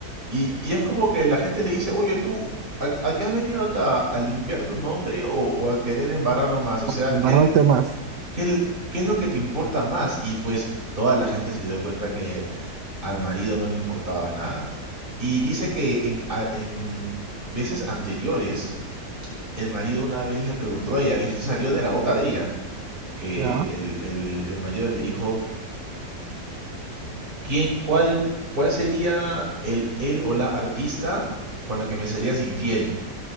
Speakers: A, on the right; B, on the right.
A: Y, y es como que la gente le dice, oye, tú, ¿a, a qué has venido acá? ¿A limpiar tu nombre o, o a querer embarrarlo más? O sea,
B: embarrarte
A: ¿qué, el-
B: más,
A: qué, el- qué es lo que te importa más? Y pues toda la gente se dio cuenta que al marido no le importaba nada. Y dice que en, a- en veces anteriores, el marido una vez le preguntó a ella, y esto salió de la boca de ella, que
B: ¿ya?
A: el, el- el marido le dijo, ¿quién, cuál, cuál sería el, él o la artista con la que me serías infiel?